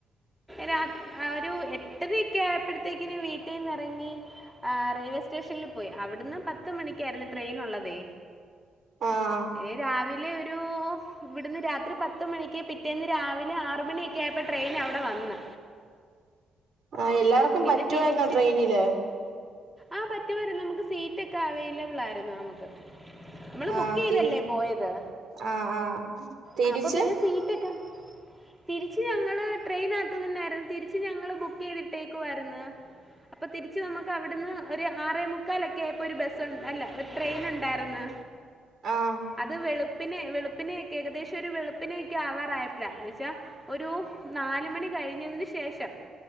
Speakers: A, in the centre; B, on the right.
A: രാ ആഹ് ഒരു എട്ടതൊക്കെ ആയപ്പോഴത്തേക്കിൻ വീട്ടിന്ന ഇറങ്ങി ആഹ് റെയിൽവേ സ്റ്റേഷനിൽ പോയി അവിടുന്ന് പത്ത മണിക്കായിരുന്നു ട്രെയിൻ ഉള്ളത്
B: ആഹ്
A: ഏ രാവിലെ ഒരു ഇവിടുന്ന് രാത്രി പത്ത് മണിക്ക് കെ ന്ന് രാവിലെ ആറ് മണിയൊക്കെ ആയപ്പോൾ ട്രെയിൻ അവിടെ വന്ന്
B: ആ
A: അങ്ങനെ
B: എല്ലാവർക്കും
A: പിന്നെ
B: പറ്റുയിരുന്നോ
A: തിരിച്ച്
B: ട്രെയിനില്?
A: ആ പറ്റുവായിരുന്നു നമുക്ക് സീറ്റ് ഒക്കെ അവൈലബിൾ ആയിരുന്നു നമുക്ക് നമ്മള്
B: ആഹ്
A: ബുക്ക് ചെയ്തല്ലേ
B: തി
A: പോയത്
B: ആഹ് ആഹ് തിരിച്ച്
A: ആഹ് അപ്പൊ പിന്നെ സീറ്റ് ക്കെ തിരിച്ചു ഞങ്ങൾ ട്രെയിനകത്ത് തന്നെ ആരുന്നു തിരിച്ച് ഞങ്ങള് ബുക്ക് ചെയ്തിട്ടേക്കുവായിരുന്ന്. അപ്പോൾ തിരിച്ച് നമുക്ക് അവിടുന്ന് ഒരു ആറേ മുുക്കാലൊക്കെ ആയപ്പോൾ ഒരു ബസ്സുണ്ട് അല്ല ഒരു ട്രെയിൻ ഉണ്ടായിരുന്നു
B: ആഹ്
A: അത് വെളുപ്പിനെ വെളുപ്പിനെയൊക്കെ ഏകദേശം ഒരു വെളുപ്പിനെയൊക്കെ ആവാറായപ്പളാ എന്നച്ചാ ഒരു നാല് മണി കഴിഞ്ഞതിന് ശേഷം